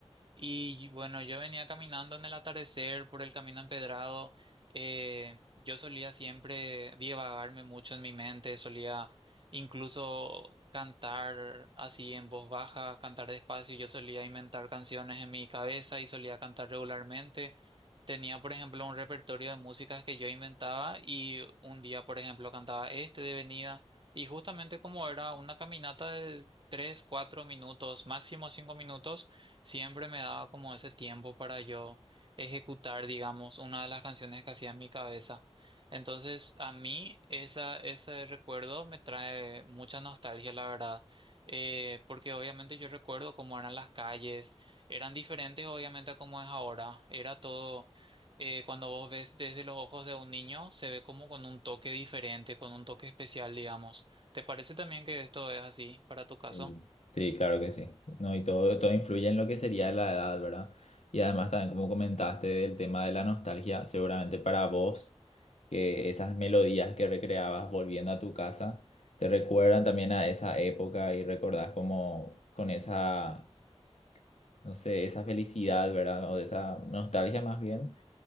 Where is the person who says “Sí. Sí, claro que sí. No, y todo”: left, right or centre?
Left